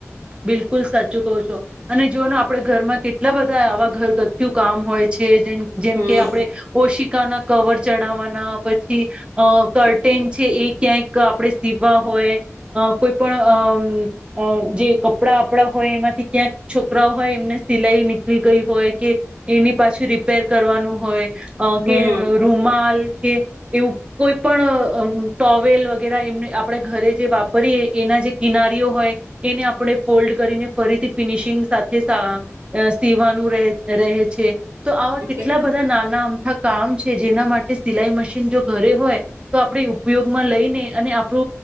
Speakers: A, on the right; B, on the right.
A: બિલકુલ સાચું કહો છો અને જોઓને આપડે ઘરમાં કેટલા બધા આવા ઘરગથ્થું કામ હોય. છે જેમ જેમકે
B: હમ
A: આપણે ઓશિકાના. કવર ચડાવવાના પછી અ કટેન છે એ ક્યાંક આપણે. સીવા હોય અ કોય પણ અમ અ જે કપડા આપડા હોય એમાંથી ક્યાંક છોકરાઓ હોય એમને. સિલાઈ નીકળી ગઈ હોય કે એની પાછું રિપેર કરવાનું હોય કે
B: હમ
A: રૂમાલ. કે એવું કોઈ પણ અ અમ ટોવેલ વગેરા એમને આપણે ઘરે જે વાપરીએ એનાજે કિનારીઓ હોય એને આપ આપણે ફોલ્ડ કરીને ફરીથી ફિનિશિંગ સાથે સા.. અ.. સીવાનું રે રહે છે. તો આવા કેટલા
B: એ
A: બધા નાના અમથા કામ છે જેના માટે. તે સિલાઈ મશીન જો ઘરે હોય તો આપડે ઉપયોગમાં લઈને અને આપુ